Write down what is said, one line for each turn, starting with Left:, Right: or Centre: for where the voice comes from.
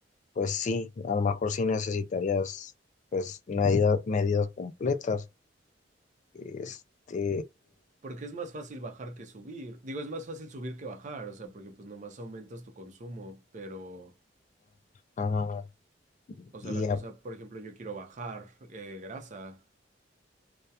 Left: Pues sí, a lo mejor sí necesitarías pues medidas, medidas completas. Este,
Right: Porque es más fácil bajar que subir. Digo, es más fácil subir que bajar, o sea, porque pues nomás aumentas tu consumo, pero,
Left: ajá,
Right: o sea,
Left: y
Right: la
Left: ya,
Right: cosa, por ejemplo, yo quiero bajar eh, grasa.